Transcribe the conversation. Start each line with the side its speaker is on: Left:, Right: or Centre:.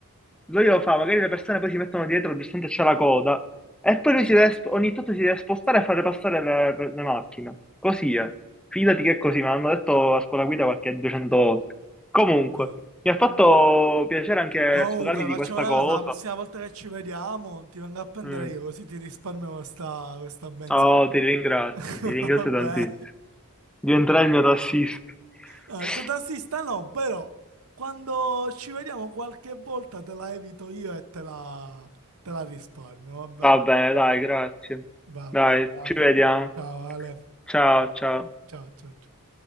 Centre: lui lo fa, magari le persone poi si mettono dietro, giustamente c'è la coda, e poi lui si deve, sp- ogni tanto si deve spostare e fare passare le, le macchine. Così è. Fidati che è così, me l'hanno detto a scuola guida qualche 200 volte. Comunque,
Right: eh.
Centre: mi ha fatto piacere anche
Right: comunque,
Centre: sfogarmi di
Right: facciamo
Centre: questa
Right: una
Centre: cosa.
Right: cosa, la prossima volta che ci vediamo ti vengo a prendere
Centre: Mm.
Right: io, così ti risparmio questa, questa benzina.
Centre: Oh, ti ringrazio,
Right: <laughs>
Centre: ti ringrazio
Right: Vabbè.
Centre: tantissimo. Diventerai il mio tassista.
Right: No,
Centre: <laughs>
Right: il totassista no, però quando ci vediamo qualche volta te la evito io e te la, te la risparmio, va bene,
Centre: Va bene, dai, grazie.
Right: va
Centre: Dai,
Right: bene, dai.
Centre: ci vediamo.
Right: Ciao Ale,
Centre: Ciao, ciao.
Right: ciao ciao ciao.